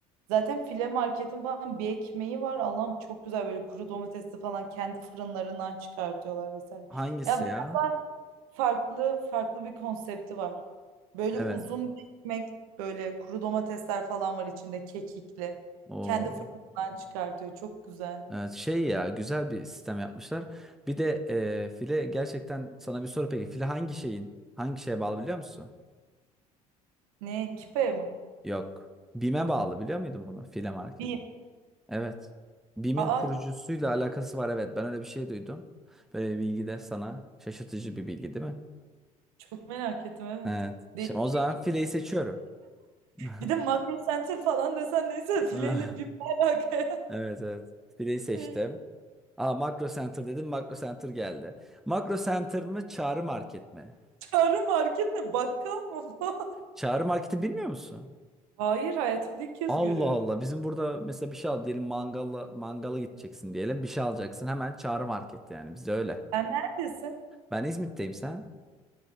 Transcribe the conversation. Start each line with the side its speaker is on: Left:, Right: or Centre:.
Right: Zaten file marketin falan bir ekmeği var. Allah'ım çok güzel böyle kuru domatesli falan kendi fırınlarından çıkartıyorlar vesaire.
Centre: Hangisi
Right: Ya biraz
Centre: ya?
Right: daha farklı farklı bir konsepti var. Böyle
Centre: Evet.
Right: uzun bir ekmek böyle kuru domatesler falan var içinde kekikli.
Centre: O
Right: Kendi fırınından çıkartıyor. Çok güzel.
Centre: evet, şey ya güzel bir sistem yapmışlar. Bir de e, File gerçekten sana bir soru peki. File hangi şeyin? Hangi şeye bağlı biliyor musun?
Right: Ne? Kipe mi?
Centre: Yok. BİM'e bağlı biliyor muydun bunu? File Market.
Right: Bir.
Centre: Evet. BİM'in
Right: Aa
Centre: kurucusuyla
Right: hiç-
Centre: alakası var evet. Ben öyle bir şey duydum. Böyle bir bilgi de sana şaşırtıcı bir bilgi değil mi?
Right: çok merak ettim evet.
Centre: Evet.
Right: Değişik.
Centre: Şimdi o zaman fileyi seçiyorum. <laughs>
Right: Bir de Makro Center falan desen neyse fileyle
Centre: Ah,
Right: bir alaka.
Centre: Evet evet. Fileyi seçtim.
Right: <laughs>
Centre: Aa Makro Center dedim. Makro Center geldi. Makro Center mı Çağrı Market mi?
Right: Çağrı market ne? Bakkal mı? bu?
Centre: Çağrı Market'i bilmiyor musun?
Right: <laughs> Hayır hayatımda ilk kez
Centre: Allah
Right: görüyorum.
Centre: Allah. Bizim burada mesela bir şey al diyelim mangala mangala gideceksin diyelim. Bir şey alacaksın. Hemen Çağrı Market yani. Bizde öyle.
Right: Sen neredesin?
Centre: Ben İzmit'teyim sen.